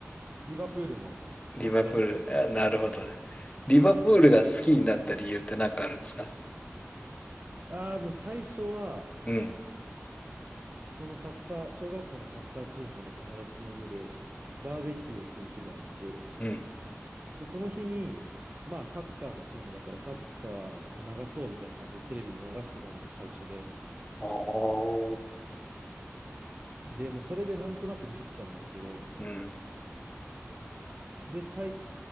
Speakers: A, on the right (about 35°); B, on the left (about 25°).
A: リバプールのサッカーチームのこともいる。
B: リバプール、あなるほどね。リバプールが好きになった理由って何かあるんですか
A: ああ、でも最初は、
B: うん、
A: そのサッカー、小学校のサッカーチームの友達の家で、バーベキューをする日があって、
B: うん、
A: で、その日に、まあ、サッカーのチームだから、サッカーを流そうみたいな感じでテレビで流してたのが最初で、
B: ああ、
A: で、もうそれでなんとなく見てたんですけど、
B: うん、
A: で、最